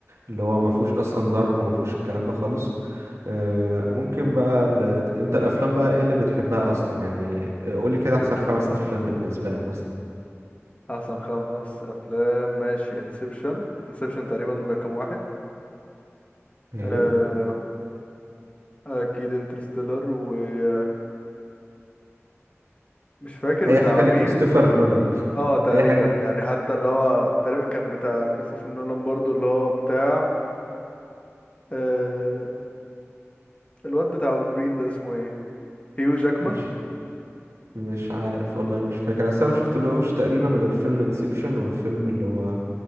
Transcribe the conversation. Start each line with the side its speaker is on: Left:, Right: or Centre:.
Right: اللي هو
Left: مم.
Right: ما فيهوش اصلا ضرب وما فيهوش الكلام ده خالص آه، ممكن بقى ل... انت الافلام بقى ايه اللي بتحبها اصلا يعني آه، قولي كده احسن خمس افلام بالنسبه لك مثلا
Left: احسن خمس افلام ماشي انسبشن انسبشن تقريبا رقم واحد
Right: ايوه
Left: آه، اكيد انترستيلر ومش فاكر
Right: اي
Left: بتاع
Right: حاجه لكريستوفر
Left: مين بتاع
Right: نولان <laughs>
Left: اه تقريبا
Right: اي حاجه لكريستوفر
Left: يعني حتى اللي هو تقريبا كان بتاع كريستوفر نولان برضو اللي هو بتاع آه الواد بتاع ولفرين ده اسمه ايه هيو جاكمان
Right: مش مش عارف والله مش فاكر اصل انا ما شفتلهوش تقريبا غير فيلم انسبشن والفيلم اللي هو